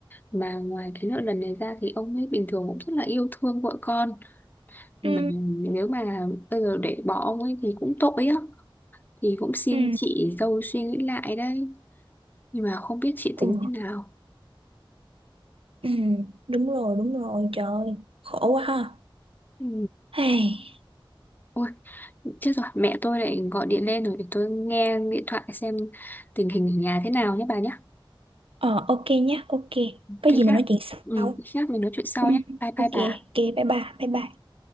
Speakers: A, on the left (about 20°); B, on the right (about 90°).
A: mà ngoài cái nợ nần này ra thì ông ấy bình thường cũng rất là yêu thương vợ con mà
B: Ừ,
A: nếu mà bây giờ để bỏ ông ấy thì cũng tội á thì cũng xin
B: ừ,
A: chị dâu suy nghĩ lại đấy nhưng mà không biết chị tính
B: ừ,
A: thế nào
B: ừ, đúng rồi, đúng rồi, trời ơi, khổ quá ha.
A: ừ.
B: Hey.
A: ôi chết rồi mẹ tôi lại gọi điện lên rồi để tôi nghe điện thoại xem tình hình ở nhà thế nào nhé bà nhé
B: Ờ, ok nhá, ok. Có
A: khi
B: gì mình
A: khác
B: nói chuyện
A: ừ,
B: sau.
A: khi khác mình nói chuyện sau
B: Ừ,
A: nhé bye
B: ok
A: bye bà
B: ok bye bye bye bye